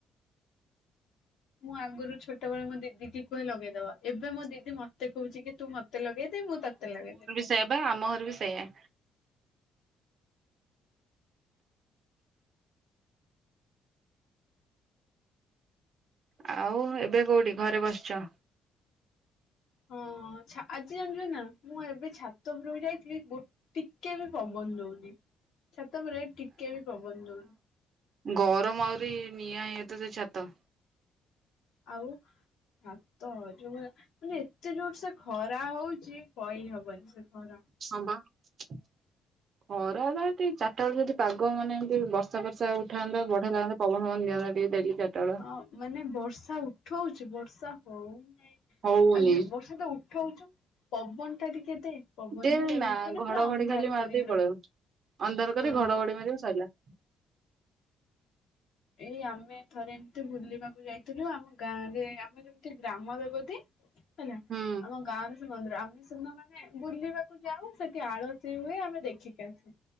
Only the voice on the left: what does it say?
ମୁଁ ଆଗରୁ ଛୋଟବେଳୁ ମୋ ଦିଦି କି କୁହେ ଲଗେଇଦବ ଏବେ ମୋ ଦିଦି ମତେ କହୁଛି କି ତୁ ମତେ ମତେ ଲେଗେଇ ଦେ ମୁଁ ତତେ ଲଗେଇଦେବି।
ହଁ ଛା ଆଜି ଜାଣିଚ ନା ମୁଁ ଏବେ ଛାତ ଉପୁରୁ କୁ ଯାଇଥିଲି ଗୋ ଟିକିଏ ବି ପବନ ଦଉନି ଛାତ ଉପରେ ଟିକିଏ ବି ପବନ ଦଉନି।
ଆଉ ହ ତ ଯୋଉମାନେ ମାନେ ଏତେ ଜୋର ସେ ଖରା ହଉଛି କହି ହବନି ସେ ଖରା।
<inaudible>
ହଁ ମାନେ ବର୍ଷା ଉଠଉଛି ବର୍ଷା ହଉନାହିଁ
ଆଉ ବର୍ଷା ତ ଉଠ ଛୁ ପବନଟା ଟିକେ ଦେ ପବନ
ବି ଦବନି
ମାନେ
ପୁରା ଅନ୍ଧାର
କରିକି
ରଖି
ହଁ।
ଏଇ ଆମେ ଥରେ ଏମିତି ବୁଲିବାକୁ ଯାଇଥିଲୁ, ଆମ ଗାଁ ରେ ଆମ ଯେମିତି ଗ୍ରାମ ଦେବତି। ହେଲା
ଆମ ଗାଁରେ ମ ଆମେ ସୁନା ମାନେ ବୁଲିବାକୁ ଯାଉ ସେଠି ଆଳତି ହୁଏ ଆମେ ଦେଖିକି ଆସୁ।